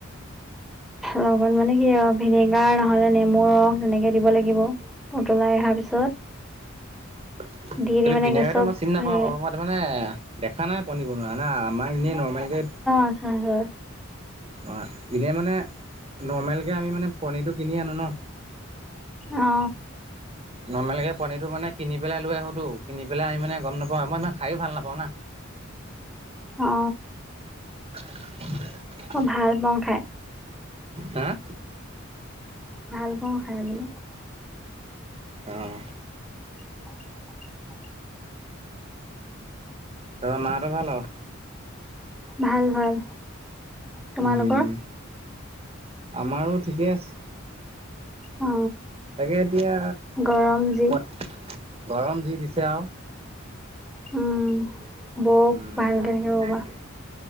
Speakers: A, in the centre; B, on the right.
A: লগত মানে কি আৰু ভিনেগাৰ নহলে নেমু ৰস এনেকে দিব লাগিব। উতলাই অহাৰ পিছত
B: <inaudible>
A: দি
B: কিন্তু
A: দি মানে
B: ভিনেগাৰটো
A: গেছত
B: মই চিনি নাপাওঁ
A: হে
B: বাৰু মই তাৰমানে দেখা নাই পনীৰ বনোৱা ন আমাৰ এনেই নৰ্মলকে
A: আছে হয়।
B: অ এনেই মানে নৰ্মেলকৈ আমি মানে পনীৰটো কিনি আনো ন।
A: অ
B: নৰ্মেলকে পনীটো মানে কিনি পেলাই লৈ আহো কিনি পেলাই আ মানে গম নাপাওঁ আ মই ইমান খায়ো ভাল নাপাওঁ না।
A: অ
B: <inaudible>
A: মই ভাল পাওঁ খাই।
B: হা
A: ভাল পাওঁ খাই বুলো।
B: আহ
A: <inaudible>
B: ত মাহতৰ ভাল আও?
A: ভাল ভাল তোমালোকৰ
B: উম আমাৰো ঠিকে আছে।
A: অ
B: তাকে এতিয়া
A: গৰম যি
B: প গৰম যি দিছে আৰু
A: উম বৌক
B: উম
A: ভালকে
B: ভাল
A: থাকিব ক'বা